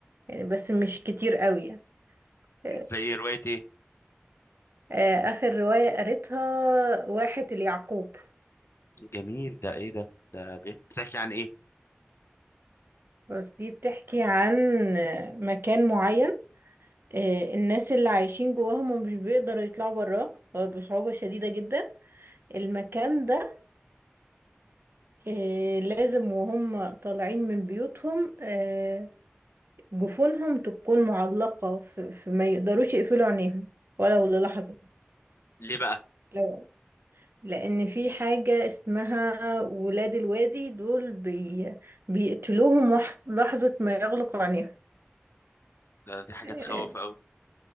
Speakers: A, on the right (about 65°); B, on the left (about 80°).
A: يعني بس مش كتير قوي يعني. آه،
B: زي روايه ايه
A: آه، آخر رواية قريتها واحد اليعقوب
B: جميل ده ايه ده ده بيحكي عن ايه
A: بس دي بتحكي عن آه، مكان معين آه، الناس اللي عايشين جواه هم مش بيقدروا يطلعوا براه أو بصعوبة شديدة جدا المكان ده آه، لازم وهم طالعين من بيوتهم آه، جفونهم تكون معلقة في في- ما يقدروش يقفلوا عينيهم ولو للحظة
B: ليه بقى
A: لو لأن في حاجة اسمها ولاد الوادي دول بي... بيقتلوهم وح- لحظة ما يغلقوا عينيهم
B: ده دي حاجة
A: آه،
B: تخوف قوي